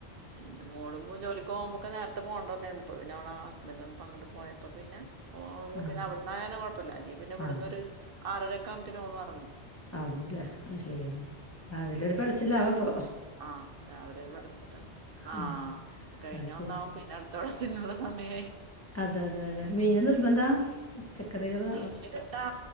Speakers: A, on the right; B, on the left.
A: പിന്നെ മോളുമ്പോ ജോലിക്ക് പോകുമ്പോ ഒക്കെ നേരത്തെ പോകണ്ടോന്നായിരുന്നുപ്പ പിന്നെ അവളെ ഹസ്ബൻറ് വന്നപോ അങ്ങട്ട് പോയപ്പോ പിന്നെ ഓള്
B: ആഹ്
A: പിന്നെവിടന്ന് ആയോണ്ട് കുഴപ്പല്ല അല്ലേ പിന്നെ ഇവിടുനൊരു
B: ആഹ്
A: ആറരൊക്കെ ആകുമ്പത്തന് ഓളും ഇറങ്ങും.
B: അവുല്ലെ ആ ശരിയാ രാവിലെ ഒരു പിടച്ചില്ലാവപ്പൊ.
A: ആഹ് രാവിലെ ഒരു പിടച്ചില ആ
B: ആഹ്
A: കഴിഞ്ഞ
B: അത് ശരിയാ
A: ഒന്നാവും പിന്നെ അടുത്ത പിടച്ചിലിനുള്ള സമയായി.
B: അതെ അതെ അതെ മീന് നിർബന്ധാ. പച്ചക്കറികള്
A: മീന് കിട്ടാ